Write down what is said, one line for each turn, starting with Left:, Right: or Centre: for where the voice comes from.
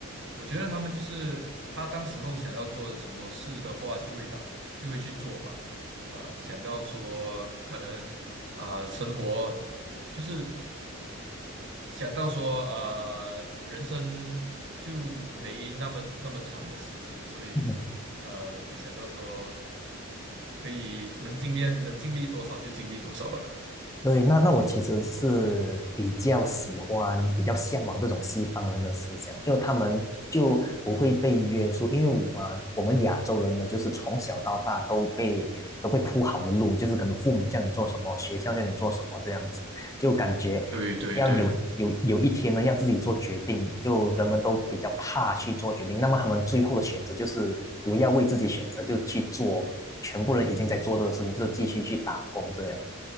Right: 我觉得他们就是他当时候想要做的什么事的话，就会打，就会去做吧。啊、想到说可能啊、生活就是想到说呃，人生就没那么那么长的时间，所以呃，
Left: <laughs>
Right: 就想到说可以能尽量能尽力多少就尽力多少吧。
Left: 对，那那我其实是比较喜欢、比较向往这种西方人的思想，就他们就不会被约束，因为我们我们亚洲人呢，就是从小到大都被都被铺好的路，就是可能父母叫你做什么，学校叫你做什么这样子，就感觉要有嗯有有一天呢，
Right: 对对对。
Left: 要自己做决定，就人们都比较怕去做决定，那么他们最后的选择就是不要为自己选择，就去做全部人已经在做这个事情，就是继续去打工这样。